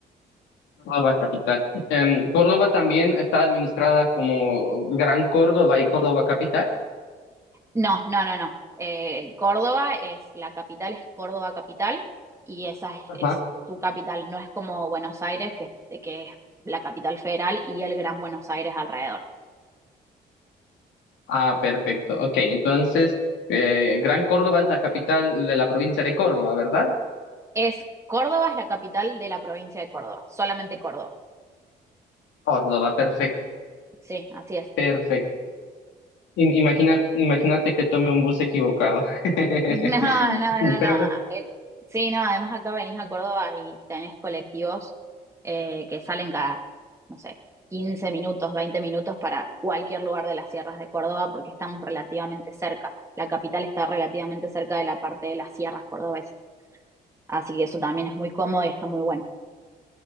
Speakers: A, on the left; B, on the right.
A: Córdoba capital. Em, Córdoba también está administrada como Gran Córdoba y Córdoba capital.
B: No, no, no, no. Eh, Córdoba es, la capital es Córdoba capital y esa es,
A: Ajá.
B: es su capital, no es como Buenos Aires, que, que es la capital federal y el Gran Buenos Aires alrededor.
A: Ah, perfecto. Ok, entonces, eh, Gran Córdoba es la capital de la provincia de Córdoba, ¿verdad?
B: Es Córdoba, es la capital de la provincia de Córdoba, solamente Córdoba.
A: Córdoba, perfecto,
B: Sí, así es.
A: perfecto. Im- Imagina, imagínate que tome un bus equivocado. <laughs>
B: <laughs> No, no, no,
A: Pero
B: no. Eh, Sí, no, además acá venís a Córdoba y tenés colectivos eh, que salen cada, no sé, 15 minutos, 20 minutos para cualquier lugar de las sierras de Córdoba porque estamos relativamente cerca. La capital está relativamente cerca de la parte de las sierras cordobesas. Así que eso también es muy cómodo y está muy bueno.